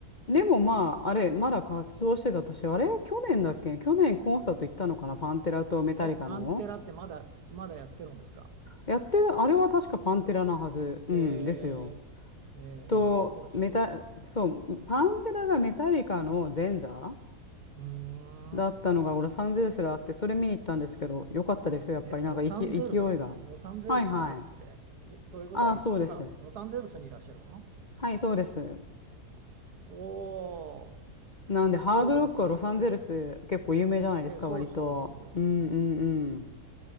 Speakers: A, on the left; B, on the right.
A: でもまあ、
B: そうそう。
A: あれ、まだ活動してた私、あれ、去年だっけ去年コンサート行ったのかなパンテラとメタリカの。
B: え、パンテラってまだ、まだやってるんですか
A: やってた、あれは確かパンテラなはず。うん、
B: へ
A: ですよ。
B: え、へえ、
A: と、
B: すごいすごい。
A: メタ、そう、パンテラがメタリカの前座
B: うー
A: だったのが、
B: ん。
A: ロサンゼルスであって、それ見に行ったんですけど、よかったですよ、やっぱり、
B: え、ロサンゼルスロサンゼルスであって、
A: なんか勢、勢いが。はいはい。
B: いということは、
A: ああ、
B: い今、
A: そうです。
B: ロサンゼルスにいらっしゃるの
A: はい、そうです。
B: おおー、
A: なんで、ハードロックはロサンゼルス結構有名じゃないですか、
B: そうですか。え、そうです、
A: 割と。
B: そうです。
A: うんうん